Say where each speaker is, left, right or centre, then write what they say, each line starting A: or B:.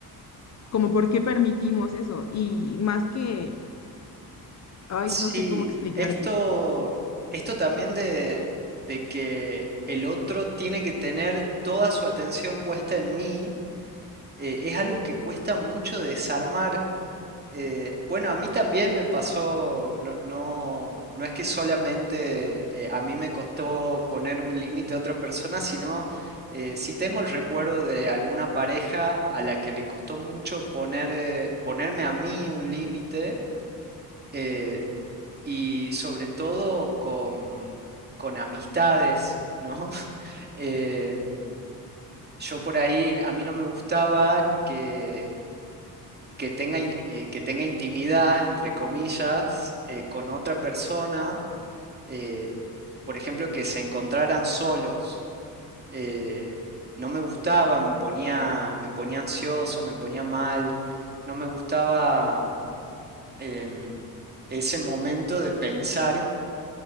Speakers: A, on the left; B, on the right.
A: como por qué permitimos eso. Y más que, ay,
B: Sí,
A: no sé cómo explicarte.
B: esto, esto también de, de que el otro tiene que tener toda su atención puesta en mí, eh, es algo que cuesta mucho desarmar Eh, bueno, a mí también me pasó, no, no, no es que solamente eh, a mí me costó poner un límite a otra persona, sino eh, sí tengo el recuerdo de alguna pareja a la que le costó mucho poner, eh, ponerme a mí un límite eh, y sobre todo con, con amistades, ¿no? <laughs> Em, yo por ahí, a mí no me gustaba que que tenga, in- eh, que tenga intimidad, entre comillas, eh, con otra persona, eh, por ejemplo, que se encontraran solos. Eh, no me gustaba, me ponía, me ponía ansioso, me ponía mal, no me gustaba en ese momento de pensar